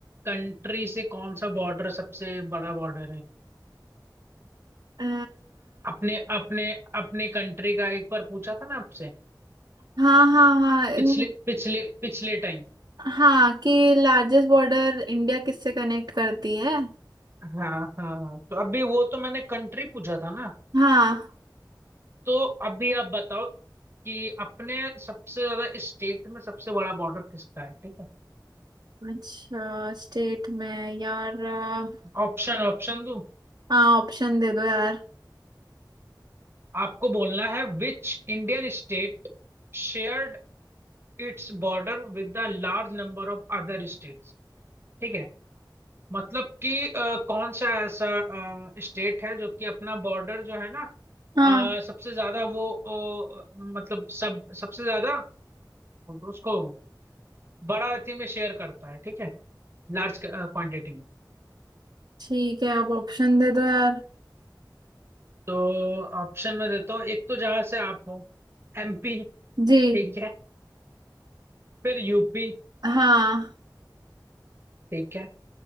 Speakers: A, on the right; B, on the right.
A: कंट्री से कौन सा बॉर्डर सबसे बड़ा बॉर्डर है
B: अ,
A: अपने अपने अपने कंट्री का एक बार पूछा था ना आपसे
B: हाँ हाँ हाँ इन-
A: पिछले पिछले पिछले टाइम
B: हाँ कि लार्जेस्ट बॉर्डर इंडिया किससे कनेक्ट करती है
A: हाँ हाँ हाँ तो अभी वो तो मैंने कंट्री पूछा था ना
B: हाँ
A: तो अभी आप बताओ कि अपने सबसे ज्यादा स्टेट में सबसे बड़ा बॉर्डर किसका है ठीक है
B: अच्छा स्टेट में यार अ,
A: ऑप्शन ऑप्शन दूं
B: हाँ ऑप्शन दे दो यार
A: आपको बोलना है which Indian state shared its border with the large number of other states ठीक है मतलब कि अ, कौन सा ऐसा स्टेट है जो कि अपना बॉर्डर जो है ना
B: हाँ
A: अ, सबसे ज्यादा वो अ, मतलब सब सबसे ज्यादा उसको बड़ा अथी में शेयर करता है ठीक है लार्ज क्वांटिटी में
B: ठीक है अब ऑप्शन दे दो यार
A: तो ऑप्शन में देता हूँ एक तो जहां से आप हो एमपी
B: जी
A: ठीक है फिर यूपी
B: हाँ
A: ठीक है